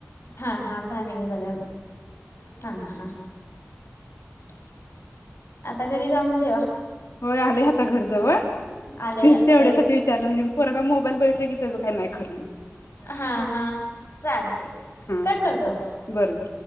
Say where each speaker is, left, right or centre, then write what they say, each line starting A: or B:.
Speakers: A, on the left; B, on the left.
A: हां, हां. दहा मिनट झाल्यावर. हां, हां.
B: <inaudible>
A: आता घरी जाऊन जेवा.
B: होय, आलंय आाता घर जवळ.
A: आलंय
B: तीच तेवढ्यासाठी
A: तरी
B: त्यानं येऊन, पोरगा मोबाईल बगीतला की त्याजं काही नाही खरं मग.
A: हां, हां. चालतंय.
B: हा
A: कट करतो बघा.
B: बरोबर